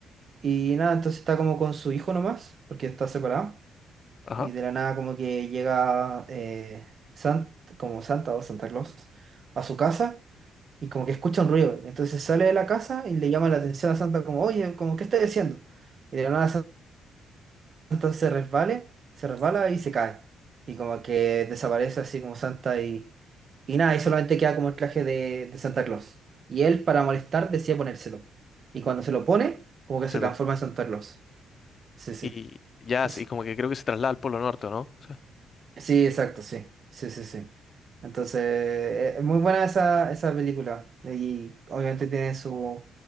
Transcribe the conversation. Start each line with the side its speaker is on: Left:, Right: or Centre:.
Right: Y nada, entonces está como con su hijo nomás, porque está separado,
Left: Ajá.
Right: y
Left: o
Right: de la nada como que llega eh, San- como Santa o Santa Claus a su casa y como que escucha un ruido. Entonces sale de la casa y le llama la atención a Santa como, oye, como, ¿qué estás haciendo? Y de la nada entonces se resbale, se resbala y se cae. Y como que desaparece así como Santa y, y nada, y solamente queda como el traje de, de Santa Claus. Y él, para molestar, decide ponérselo. Y cuando se lo pone, como que
Left: sea,
Right: se transforma
Left: como-
Right: en Santa Claus. Sí, sí.
Left: y ya,
Right: Entonces,
Left: sí, como que creo que se traslada al Polo Norte, ¿no? Sí.
Right: sí, exacto, sí. Sí, sí, sí. Entonces, eh, es muy buena esa, esa película. Y obviamente tiene su